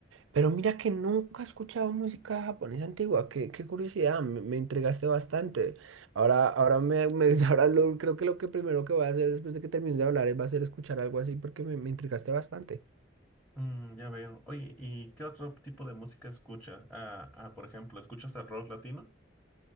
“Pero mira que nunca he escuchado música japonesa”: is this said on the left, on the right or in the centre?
Right